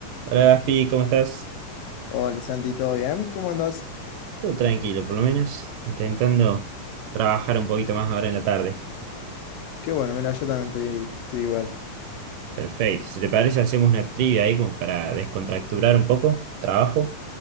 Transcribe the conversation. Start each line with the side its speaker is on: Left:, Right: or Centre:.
Right: Hola Gaspi, ¿cómo estás?
Left: Hola Santi, ¿todo bien? ¿Cómo andas?
Right: Todo tranquilo, por lo menos, intentando trabajar un poquito más ahora en la tarde.
Left: Qué bueno, mira, yo también estoy, estoy igual.
Right: Perfecto. Si te parece, hacemos una trivia ahí como para descontracturar un poco. ¿Trabajo?